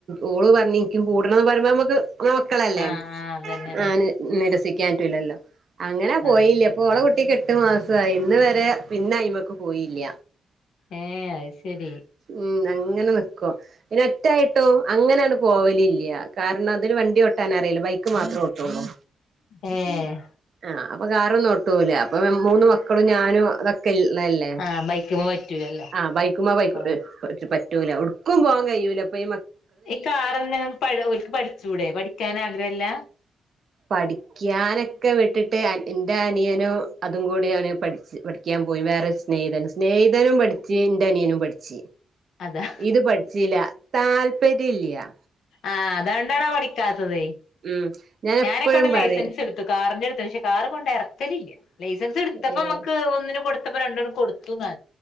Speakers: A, on the right; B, on the left.
A: ഓള് പറഞ് ഇൻക്കു കൂടണന്ന് പറയ്മ്പൊ നമുക്ക് മക്കളല്ലേ
B: ആഹ് ആഹ് അതന്നെ
A: ആഹ് നിരസിക്കാൻപറ്റില്ലല്ലോ. അങ്ങനെ പോയില്ലപ്പൊ
B: അതെ
A: ഓളെ കുട്ടിക്ക് എട്ട് മാസായ്‌ ഇത് വരെ പിന്നെയിമക്ക് പോയില്ല.
B: ഏഹ് അത് ശരി
A: ഉം അങ്ങനെ നിക്കുവ പിന്നെ ഒറ്റായിട്ടോ അങ്ങനെങ്ട്ട് പോവല് ല്ല കാരണം അതിന് വണ്ടി ഒട്ടാൻ അറിയ ബൈക്ക് മാത്രെ ഓട്ടൊള്ളൂ
B: ഏഹ്
A: ആ അപ്പൊ കറൊന്നു ഒട്ടൂല അപ്പൊ മൂന്ന് മക്കളും ഞാനും അതൊക്കെ ലെല്ലേ
B: ആഹ് ബൈക്കുമ്മെ പറ്റൂലല്ലോ
A: ആ ബൈക്ക ബൈട്ട
B: ആഹ്
A: പറ്റ റ്റൂല ടുക്കും പോവാങ്കയ്യുലപ്പ ഇ
B: ഈ കാറന്നെ ഒൽക്ക് പഠിചൂടെ പഠിക്കാൻ ആഗ്രഹല്ല?
A: പഠിക്കാനൊക്കെ വിട്ടിട്ട് എൻറെ അനിയനോ അതും കൂടിയാണ് പഠിച പഠിക്കാൻ പോയ് വേറെ സ്നേഹിതൻ സ്നേഹതനും പഠിച്ച് ന്റെ അനിയനും പഠിച്
B: അതാ
A: ഇത് പഠിച്ചില്ല താല്പര്യല്ല്യ
B: ആ അതോണ്ടാണത് പഠിക്കാത്തത്
A: ഉം ഞാൻ
B: ഞാനെക്കേവിടെ
A: എപ്പോഴും പറയും
B: ലൈസൻസ് ഇട്ത്ത്ക്ക കാറ്ൻ്റെ ഇട്ത്ത്ക്ണ് പക്ഷെ കാറങ്ങോട്ട് എറക്കലില്ല ലൈസൻസ് ഇട്ത്തപ്പോ
A: ഏഹ്
B: അമ്മക്ക് ഒന്നിനും കൊടു ത്തപ്പ രണ്ടും ആണ്ട് കൊടുത്തുന്നാ